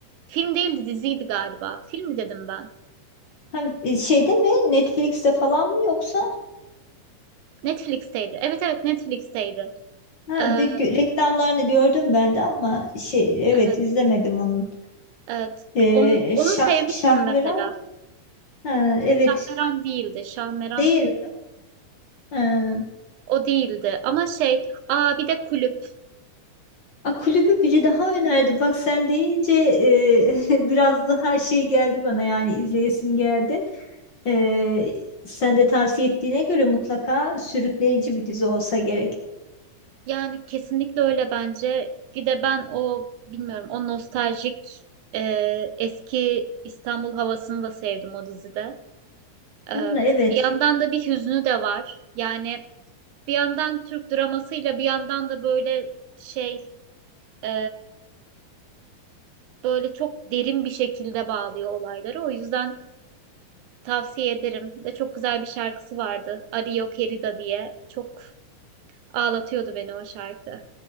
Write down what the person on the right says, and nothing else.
Film değildi, diziydi galiba. Film mi dedim ben?
Netflix'teydi. Evet evet Netflix'teydi.
Ee,
Evet,
evet.
Onu, onu
sevmiştim
mesela.
Şahmeran değildi. Şahmeran
o değildi. Ama şey, aa bir de kulüp.
Yani kesinlikle öyle bence. Bir de ben o bilmiyorum o nostaljik e, eski İstanbul havasını da sevdim o dizide. E,
bir yandan da bir hüznü de var. Yani bir yandan Türk dramasıyla bir yandan da böyle şey e, böyle çok derin bir şekilde bağlıyor olayları. O yüzden Tavsiye ederim. Bir de çok güzel bir şarkısı vardı. Ario Querida diye. Çok ağlatıyordu beni o şarkı.